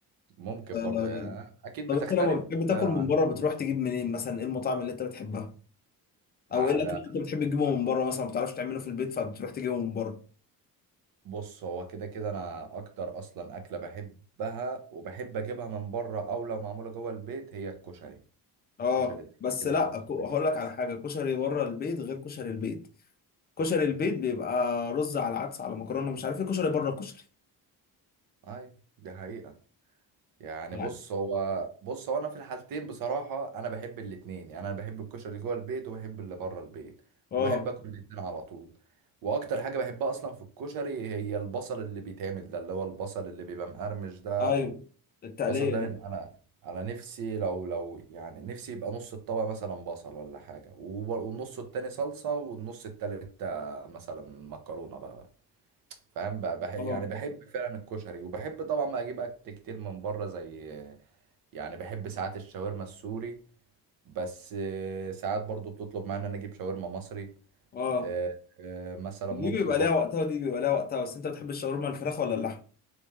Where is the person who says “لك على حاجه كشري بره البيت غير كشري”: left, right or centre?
Left